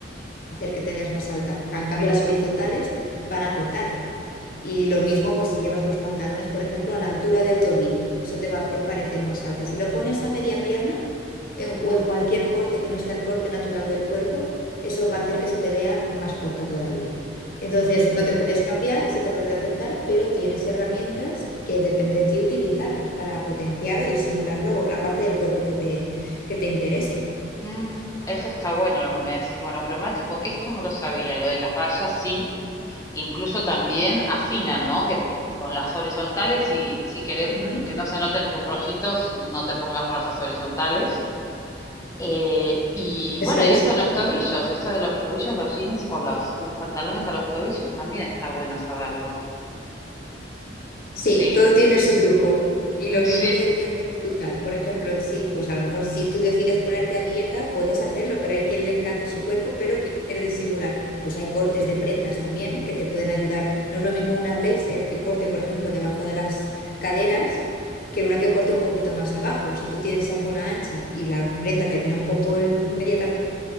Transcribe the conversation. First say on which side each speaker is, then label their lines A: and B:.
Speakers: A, on the left (about 55°); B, on the left (about 20°).
A: hacer que te veas más alta. En cambio, las horizontales van a cortar. Y lo mismo, pues si llevas los pantalones, por ejemplo, a la altura del tobillo, eso te va a hacer parecer más alta. Si lo pones a media pierna en- o en cualquier corte que no sea el corte natural del cuerpo, eso va a hacer que se te vea más corta todavía. Entonces,
B: Mm,
A: no te puedes cambiar, se trata de aceptar, pero tienes herramientas que depende de ti utilizarlas para potenciar o disimular luego la parte del cuerpo que te, que te interese.
B: mm. Esto está bueno lo que me decís monocromático. Esto no lo sabía, lo de las rayas sí, que incluso también afinan, ¿no? Que con las horizontales y si querés
A: Ujú,
B: que no se noten tus rollitos, no te pongas rayas horizontales. Eh, y
A: Eso
B: bueno,
A: es.
B: y esto de los tobillos, esto de los tobillos, los jeans o los, los pantalones a los tobillos, también está bueno saberlo.
A: Sí,
B: Sí,
A: todo tiene su truco. Y lo
B: sí,
A: mismo que decías de ocultar, por ejemplo, sí, pues a lo mejor si tú decides ponerte a dieta, puedes hacerlo, pero hay quien le encanta su cuerpo, pero que quiere disimular. Pues hay cortes de prendas también que te pueden ayudar. No es lo mismo una blazer que corte, por ejemplo, debajo de las caderas, que una que corte un poquito más abajo. Si tú tienes esa zona ancha y la prenda termina un poco el- inmediatamente